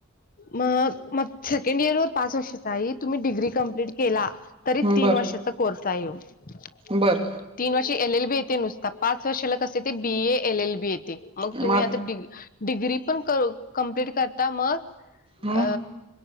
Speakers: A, on the left; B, on the right.
A: मग मग सेकंड इयर वर पाच वर्षाचा आहे तुम्ही डिग्री कंप्लीट केला तरी
B: बर
A: तीन वर्षाचा कोर्स आहे
B: बर
A: तीन वर्षे एल एल बी येथे नुसते पाच वर्षाला कस ते B A L L B येते मग
B: म
A: तुम्ही आता डि डिग्री पण करू कम्प्लीट करता मग
B: ह
A: अ